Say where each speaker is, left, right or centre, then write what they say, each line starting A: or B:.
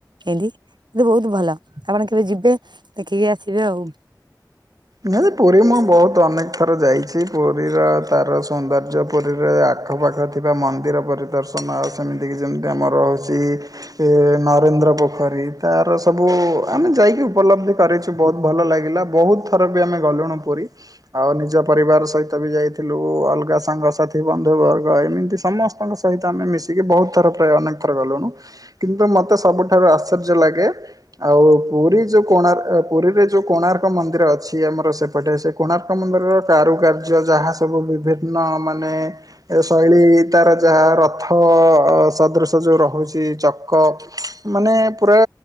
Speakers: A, on the right; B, on the right.
A: ଇନ୍ତି କିନ୍ତୁ ବୋହୁତ ଭଲ ଆପଣ କେବେ ଯିବେ ଦେଖିକି ଆସିବେ ଆଉ।
B: ନାଁ ପୁରୀ ମୁଁ ବହୁତ ଅନେକ ଥର ଯାଇଚି ପୁରୀର ତାର ସୌନ୍ଦର୍ଯ୍ୟ ପୁରୀରେ ଆଖପାଖ ଥିବା ମନ୍ଦିର ପରିଦର୍ଶନ ଆଉ ସେମିତିକି ଯେମିତି ଆମର ହୋଉଚି ଏ ନରେନ୍ଦ୍ର ପୋଖରୀ ତାର ସବୁ ଆମେ ଯାଇକି ଉପଲବ୍ଧି କରେଚ୍ ବହୁତ ଭଲ ଲାଗିଲା ବହୁତ ଥର ବି ଆମେ ଗଲୁଣୁ ପୁରୀ। ଆଉ ନିଜ ପରିବାର ସହିତ ବି ଯାଇଥିଲୁ ଅଲଗା ସାଙ୍ଗସାଥି ବନ୍ଧୁବର୍ଗ ଏମିତି ସମସ୍ ଆପଣଙ୍କ ସହିତ ଆମେ ମିଶିକି ବହୁତ ଥର ପ୍ରାୟ ଅନେକ ଥର ଗଲୁଣୁ। କିନ୍ତୁ ମୋତେ ସବୁଠାରୁ ଆଶ୍ଚର୍ଯ୍ୟ ଲାଗେ ଆଉ ପୁରୀ ଯୋଉ କୋଣାର୍ ଏ ପୁରୀରେ ଯୋଉ କୋଣାର୍କ ମନ୍ଦିର ଛି ଆମର ସେପଟେ ସେ କୋଣାର୍କ ମନ୍ଦିରର କାରୁକାର୍ଯ୍ୟ ଯାହା ସବୁ ବିଭିନ୍ନ ମାନେ ଏ ଶୈଳୀ ତାର ଯାହା ରଥ ସଦୃଶ ଯୋଉ ରହୁଚି ଚକ ମାନେ ପୁରା